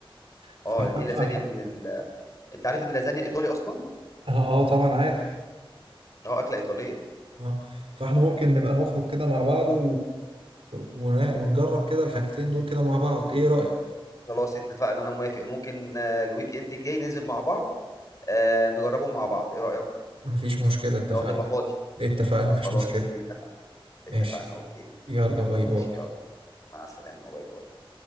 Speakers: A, on the right; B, on the left.
A: فاحنا
B: اه دي لازانيا
A: فاحنا
B: من ال... انت عارف ان اللازانيا ايطالي اصلا
A: اه آه، طبعا عارف
B: اه اكلة ايطالية
A: اه فاحنا ممكن نبقى نخرج كده مع بعض و... ون- ونجرب كده الحاجتين دول كده مع بعض ايه رأيك؟
B: خلاص اتفقنا انا موافق ممكن آه، الويك اند الجاي ننزل مع بعض آه، نجربهم مع بعض ايه رأيك
A: مفيش مشكلة اتفقنا
B: لو هتبقى فاضي
A: إيه، اتفقنا مفيش
B: خلاص
A: مشكلة
B: اوكي اتفقنا اتفقنا
A: ماشي
B: اوكي
A: يلا باي
B: ماشي
A: باي
B: يلا مع السلامة باي باي